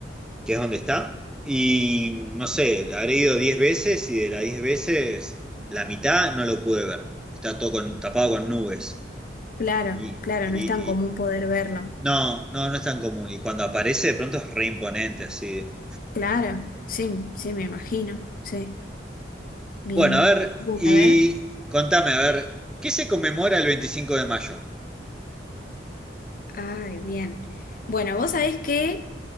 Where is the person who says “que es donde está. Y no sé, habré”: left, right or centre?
Centre